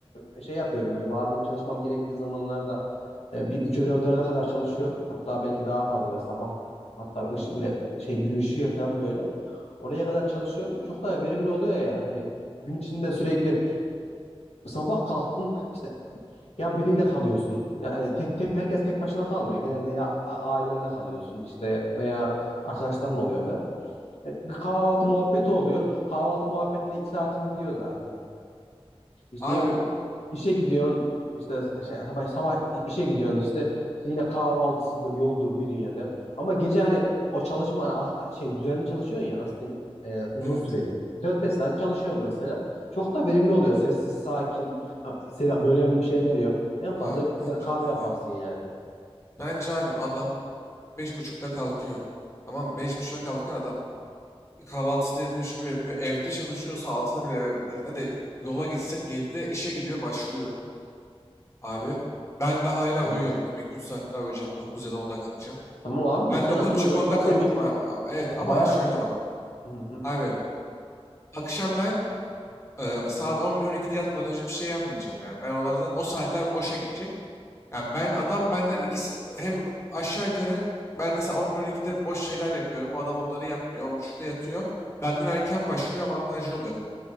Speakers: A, on the left (about 85°); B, on the left (about 25°).
A: e, şey yapıyorum böyle bazen çalışmam gerektiği zamanlarda e, bir 3'e 4'e kadar çalışıyorum. Hatta belki daha fazla böyle sabah hatta ışı, böyle şey gün ışıyor falan böyle. Oraya kadar çalışıyorum. Çok daha verimli oluyor yani. Hani gün içinde sürekli sabah kalktın işte ya biriyle kalıyorsun. Ya Yani tek tek herkes tek başına kalmıyor. Genelde ya a- ailenle kalıyorsun işte veya arkadaşların oluyor falan. E, Bir kahvaltı muhabbeti oluyor. Kahvaltı muhabbetine iki saatin gidiyor zaten. İşte
B: Abi
A: yok işe gidiyorsun işte şey, sabah, sabah işe gidiyorsun işte, işte yine kahvaltısıdır yoludur bir dünya der. Ama gece hani o çalışma hani arka- şey düzenli çalışıyorsun ya nasıl diyeyim e, uzun
B: evet.
A: süreli. dört beş saat çalışıyorum mesela. Çok da verimli oluyor. Sessiz, sakin. ha, Seni bölen bir şeyler yok. En fazla
B: Abi bence
A: gider kahve
B: değil
A: yaparsın
B: ya.
A: yani.
B: Bence abi adam beş buçukta kalkıyor. Tamam mı? beş buçukta kalkan adam kahvaltısını yapıyor, şunu yapıyor. Evde çalışıyorsa altıda bile eve- e, hadi yola gitsin Yedide işe gidiyor başlıyor abi. Ben daha hala
A: Evet.
B: uyuyorum değil mi? 2-3 saat daha uyuyacağım. 9 ya da 10'da kalkacağım.
A: Tamam abi de
B: Ben
A: sen
B: dokuz
A: adamla
B: buçuk onda
A: zaten
B: kalktım
A: üç, e,
B: abi. Ama- Evet ama
A: baya
B: şöyle bak.
A: Hı hı,
B: Abi akşam ben Eee, saat 11-12'de yatmadan önce bir şey yapmayacağım. Yani ben oralarda o saatler boşa gidecek. Yani ben adam benden ikisi hem aşağı yukarı ben mesela 11-12'de boş şeyler yapıyorum. O adam onları yapmıyor. 10.30'da yatıyor. Benden erken başlıyor avantajlı oluyor.